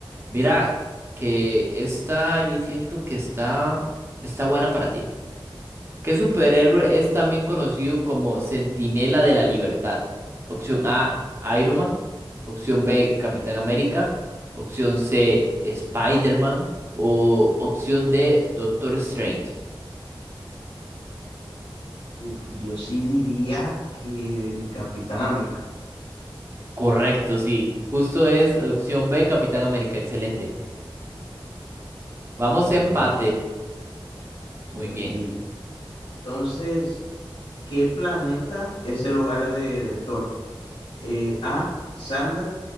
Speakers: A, on the right; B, on the left.
A: Mira que esta, yo siento que está, está buena para ti. ¿Qué superhéroe es también conocido como Centinela de la Libertad? Opción A, Iron Man. Opción B, Capitán América. Opción C, Spider-Man. O opción D, Doctor Strange.
B: Uf, yo sí diría que el Capitán América.
A: Correcto, sí. Justo es opción B, Capitán América. Excelente.
B: Uf,
A: Vamos
B: buena,
A: a empate.
B: buena. Ok,
A: Muy bien.
B: ok. Entonces, ¿qué planeta es el hogar de, de Thor? eh, A. Sandar,